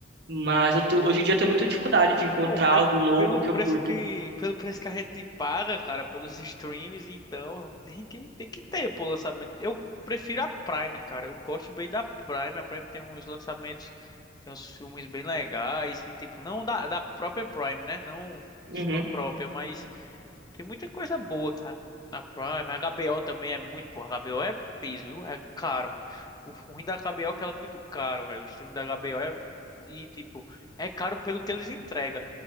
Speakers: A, on the right; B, on the left.
A: mas eu tô- hoje em dia eu tenho muita dificuldade de encontrar
B: Pô, mas
A: algo novo
B: pelo
A: que
B: preço
A: eu curto.
B: que, pelo preço que a gente paga, cara, pelos <laughs> streams, então tem que, tem que ter, pô, lançamento. Eu prefiro a Prime, cara. Eu gosto bem da Prime. A Prime tem uns lançamentos, tem uns filmes bem legais, e, tipo, não da, da própria Prime, né? Não
A: Uhum.
B: sendo própria, mas. Tem muita coisa boa, cara. Na Prime, a HBO também é muito boa. A HBO é piso, viu? É caro. O ruim da HBO é que ela é muito caro, velho. O stream da HBO é. E, tipo, é caro pelo que eles entregam.